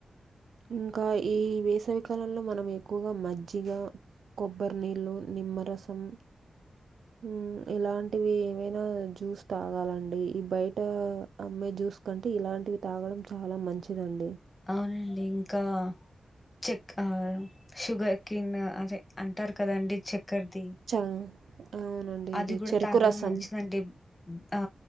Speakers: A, on the right; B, on the left.
A: ఇంకా ఈ వేసవికాలంలో మనం ఎక్కువగా మజ్జిగా కొబ్బరి నీళ్ళు, నిమ్మరసం ఉ ఇలాంటివి ఏమైనా జ్యూస్ తాగాలండి ఈ బయటా అమ్మే జ్యూస్ కంటే ఇలాంటివి తాగడం చాలా మంచిదండి
B: అవునండి ఇంకా చెక్ ఆ షుగర్ కెన్ అదే అంటారు కదండి చెక్ క్కర్ది
A: చా అవునండి.
B: అది
A: ఇది
B: కూడా
A: చెరుకు
B: తాగడం
A: రసం.
B: మంచిదండి ఆ